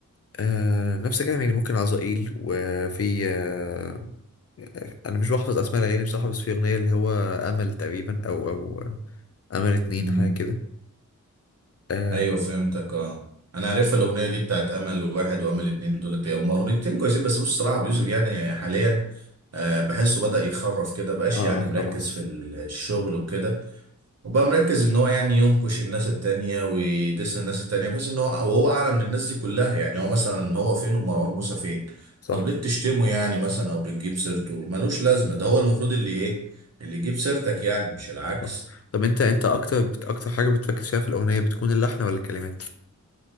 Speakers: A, on the left; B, on the right.
A: آه نفس الكلام يعني ممكن عزائيل وفي آه انا مش بحفظ اسماء الاغاني بصراحه بس في اغنيه اللي هو امل تقريبا او او امل اتنين
B: مم.
A: حاجه كده اه
B: ايوه فهمتك اه انا عارف الاغنيه دي بتاعت امل واحد وامل اتنين دولت هما اغنيتين كويسين بس بص الصراحه ابو يوسف يعني حاليا آه بحسه بدا يخرف كده بقاش
A: اه
B: يعني
A: خلاص
B: مركز في الشغل وكده وبقى مركز ان هو يعني ينكش الناس التانية ويدس الناس التانية بحيث ان هو وهو اعلى من الناس دي كلها يعني هو مثلا هو فين ومروان موسى فين
A: صح
B: طب ليه بتشتمه يعني مثلا او بتجيب سيرته ملوش لازمه ده هو المفروض اللي ايه اللي يجيب سيرتك يعني مش العكس
A: صح طب انت انت اكتر بت... اكتر حاجه بتركز فيها في الاغنيه بتكون اللحن ولا الكلمات